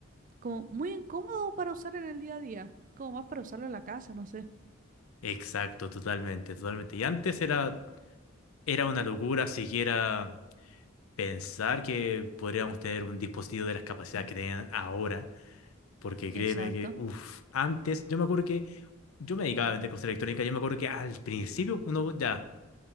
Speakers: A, on the right; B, on the left.
A: como muy incómodo para usar en el día a día. Es como más para usarlo en la casa, no sé.
B: Exacto, totalmente, totalmente. Y antes era, era una locura siquiera pensar que podríamos tener un dispositivo de las capacidades que tienen ahora. Porque créeme
A: Exacto.
B: que, uff, antes, yo me acuerdo que yo me dedicaba a vender cosas electrónicas, yo me acuerdo que al principio uno ya.